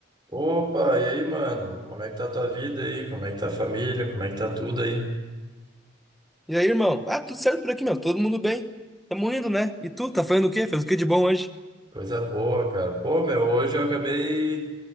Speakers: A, on the right; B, in the centre.
A: Opa, e aí, mano? Como é que tá a tua vida aí? Como é que tá a família? Como é que tá tudo aí?
B: E aí, irmão? Ah, tudo certo por aqui, meu. Todo mundo bem. Tamo indo, né? E tu, tá fazendo o quê? Fez o que de bom hoje?
A: Coisa boa, cara. Pô, meu, hoje eu acabei.